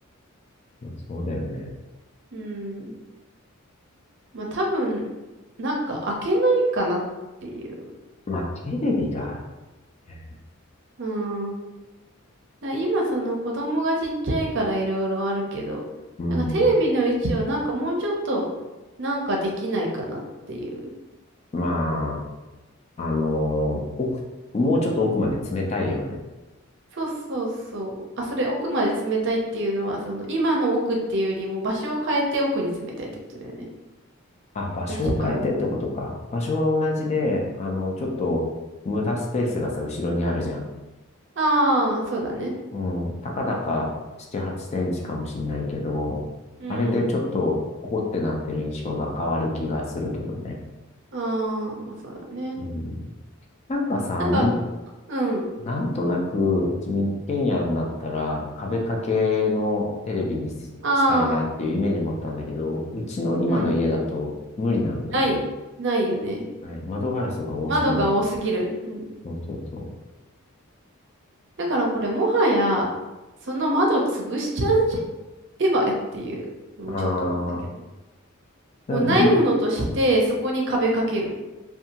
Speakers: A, on the left; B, on the right.
A: まあそうだよね。
B: うん。まあ多分、なんか開けないかなっていう。
A: まあテレビがあるね。
B: うん。だから今その子供がちっちゃいからいろいろあるけど、
A: うん、
B: なんかテレビの位置をなんかもうちょっとなんかできないかなっていう。
A: まあ、あのー奥、もうちょっと奥まで詰めたいよね。
B: そうそうそう。あ、それ奥まで詰めたいっていうのは、その今の奥っていうよりも場所を変えて奥に詰めたいってことだよね。
A: あ、場所を変えてってことか。
B: あ、違う
A: 場所は同じで、あの、ちょっと無駄スペースがさ、後ろにあるじゃん。
B: ああー、そうだね。
A: うん、たかだか7、8センチかもしんないけど、
B: うん。
A: あれでちょっとポコってなってる印象が変わる気がするけどね。
B: ああ、まあそうだね。
A: うん、なんかさ、
B: なんか、
A: ん
B: うん。
A: なんとなく自民権野になったら壁掛けのテレビにし、
B: ああ、
A: したいなっていうイメージ持ったんだけど、うちの今の家だと無理なんだよね。
B: うん。ない。ないよね。
A: はい、窓ガラスが多すぎる。
B: 窓が多すぎる。うん。
A: そうそうそう。
B: だからこれもはや、その窓潰しちゃうんじゃ手エっていうのもちょっと思ったけど。
A: ああ、なリ、
B: もうないものとして、そこに壁かける。